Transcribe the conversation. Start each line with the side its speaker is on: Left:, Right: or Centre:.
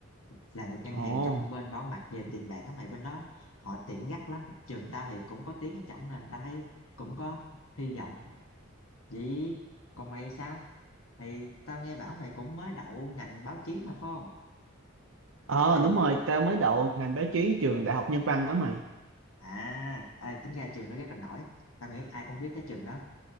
Left: làm được ngân
Right: Ồ,
Left: hàng trong bên bảo mật về tiền bạc á mày bên đó họ tiện gắt lắm trường tao thì cũng có tiếng ở trỏng nên tao thấy cũng có hy vọng vậy còn mày sao thì tao nghe bảo mày cũng mới đậu ngành báo chí mà phải không
Right: ờ
Left: thì
Right: đúng rồi, tao mới đậu ngành báo chí trường Đại học Nhân văn đó mày.
Left: à, à tính ra trường đó rất là nổi tao nghĩ ai cũng biết tới trường đó